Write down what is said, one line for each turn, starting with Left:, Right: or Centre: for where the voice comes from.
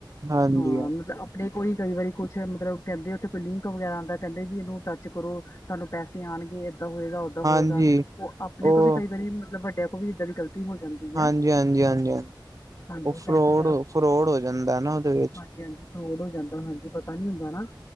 Right: ਹਾਂਜੀ,
Left: ਹਾਂ ਮਤਲਬ ਅਪ ਦੇਖੋ ਕੋਈ ਕਈ ਵਾਰੀ ਕੁੱਛ ਮਤਲਬ ਕੇਂਦੇ ਉਥੇ ਕੋਈ ਲਿੰਕ ਵਗੈਰਾ ਆਂਦੈ, ਕੈਂਦੇ ਜੀ ਏਨੂੰ ਟੱਚ ਕਰੋ ਤਾਨੂੰ ਪੈਸੇ ਆਨਗੇ, ਏਦਾ ਹੋਏਗਾ, ਓਦਾਂ ਦਾ
Right: ਹਾਂਜੀ।
Left: ਹੋਏਗਾ, ਓ ਆਪਨੇ
Right: ਓ
Left: ਕੋਲ ਵੀ ਕਈ ਵਾਰੀ ਮਤਲਬ ਵੱਡੇਆਂ ਕੋਲ ਵੀ ਏਦਾਂ ਦੀ ਗ਼ਲਤੀ ਹੋ ਜਾਂਦੀ।
Right: ਹਾਂਜੀ,
Left: ਹੈ
Right: ਹਾਂਜੀ, ਹਾਂਜੀ, ਹਾਂਜੀ
Left: ਹਾਂਜੀ
Right: ਓ
Left: ਉਹ
Right: ਫਰੋਡ-ਫਰੋਡ
Left: ਪੈਸੇ
Right: ਹੋ ਜਾਂਦੈ ਨਾ ਓਦੇ ਵਿੱਚ।
Left: ਹਾਂਜੀ-ਹਾਜੀ ਫਰੋਡ ਹੋ ਜਾਂਦੈ, ਹਾਂਜੀ ਪਤਾ ਨੀ ਹੁੰਦਾ ਨਾ।